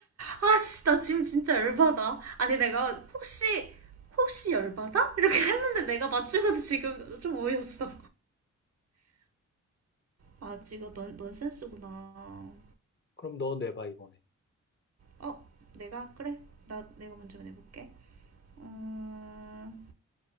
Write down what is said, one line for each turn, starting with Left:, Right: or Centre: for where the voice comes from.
Right: 아씨 나 지금 진짜 열받아 아니 내가 혹시 혹시 열받아 이렇게 했는데 내가 맞추고도 지금 좀 어이없어 아 지금 넌 넌센스구나
Left: 그럼 너 내봐, 이번에.
Right: 어 내가 그래 나 내가 먼저 내볼게 음